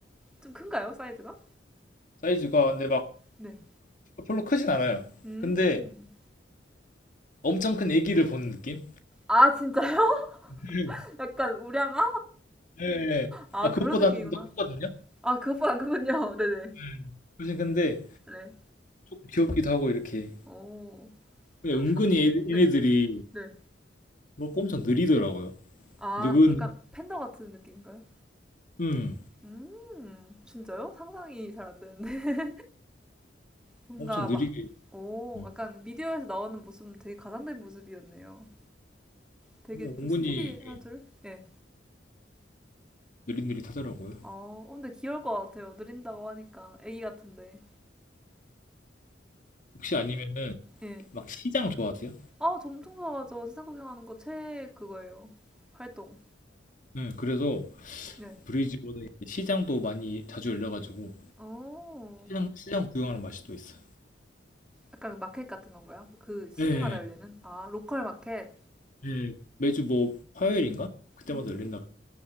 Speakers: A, in the centre; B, on the left.
A: 좀 큰가요? 사이즈가?
B: 사이즈가 근데 막
A: 네.
B: 별로 크진 않아요.
A: 음.
B: 근데 엄청 큰 애기를 보는 느낌?
A: 아, 진짜요?
B: <laughs>
A: <laughs> 약간 우량아?
B: 예, 예.
A: 아,
B: 아,
A: 그런
B: 그것보다
A: 느낌이구나.
B: 좀 더 크거든요.
A: 아, 그것보단 그군요. <laughs> 네네.
B: 음. 훨씬 근데
A: 네.
B: 조금 귀엽기도 하고 이렇게.
A: 오.
B: 근데
A: 좀
B: 은근히
A: 수,
B: 얘-
A: 네.
B: 얘네들이
A: 네.
B: 그거 엄청 느리더라고요.
A: 아,
B: 느근,
A: 약간 팬더 같은 느낌인가요?
B: 음,
A: 음. 진짜요? 상상이 잘 안 되는데. <laughs> 뭔가
B: 엄청 느리게.
A: 막, 오.
B: 음.
A: 약간 미디어에서 나오는 모습은 되게 가장된 모습이었네요. 되게
B: 어,
A: 좀
B: 은근히
A: 스피디한
B: 예,
A: 줄? 예.
B: 느릿느릿하더라고요.
A: 어, 어, 근데 귀여울 것 같아요. 느린다고 하니까. 애기 같은데.
B: 혹시 아니면은
A: 예.
B: 막 시장 좋아하세요?
A: 아, 엄청 좋아하죠. 세상 구경하는 거 최 그거예요. 활동.
B: 네, 그래서
A: 네.
B: 브리즈번에 시장도 많이 자주 열려가지고
A: 어.
B: 시장 시장 구경하는 맛이 또 있어요.
A: 약간 그 마켓 같은 건가요? 그 시기마다
B: 네.
A: 열리는? 아, 로컬 마켓.
B: 음, 매주 뭐 화요일인가? 그때마다
A: 음.
B: 열린다.